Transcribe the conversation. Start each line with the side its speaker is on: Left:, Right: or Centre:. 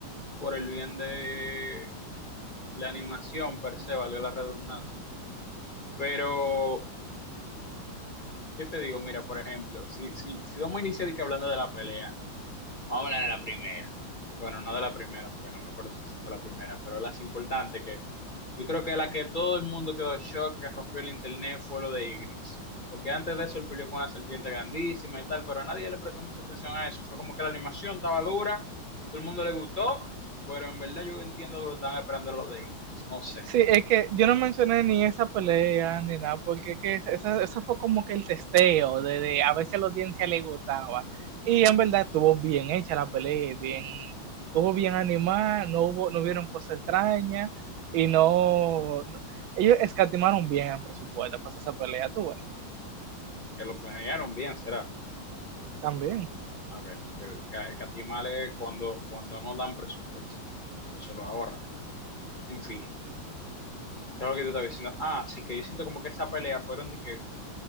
Left: por el bien de la animación per se, valga la redundancia. Pero, ¿qué te digo? Mira, por ejemplo, si, si, si vamos a iniciar y que hablando de la pelea. Vamos a hablar de la primera. Bueno, no de la primera, porque no me acuerdo si fue la primera, pero las importantes que yo creo que la que todo el mundo quedó en shock, que rompió el internet, fue lo de Igris. Porque antes de eso él peleó con una serpiente grandísima y tal, pero a nadie le prestó mucha atención a eso. Fue como que la animación estaba dura, todo el mundo le gustó, pero en verdad yo entiendo que lo estaban esperando lo de Igris. No sé,
Right: Sí, es que yo no mencioné ni esa pelea ni nada, porque es que es- esa- eso fue como que el testeo de, de a ver si a la audiencia le gustaba. Y en verdad estuvo bien hecha la pelea, bien, estuvo bien animada, no hubo, no hubieron cosas extrañas y no, no- ellos escatimaron bien el presupuesto para esa pelea, tuve
Left: que lo planearon bien, será.
Right: también.
Left: Ok, porque ca- catimales cuando, cuando no dan presupuesto, cuando se lo ahorran. En fin. Claro lo que te estaba diciendo. Ah, sí, que yo siento como que esa pelea fueron de que